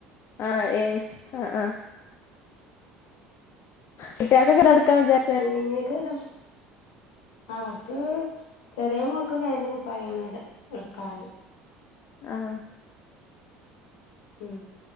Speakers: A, on the left; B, on the left.
A: ആഹ് ഏൻ ആഹ് ആഹ് കുട്ട്യേക്കൊക്കെ തൊടക്കാൻ വിച
B: ഉം നിനക്ക് <unintelligible>
A: <inaudible>
B: അവർക്ക് ചെറിയ മോൾക്ക് പേന്റും കുപ്പായാണ് ഇട് ഇടുക്കാറ്
A: ആഹ്
B: ഉം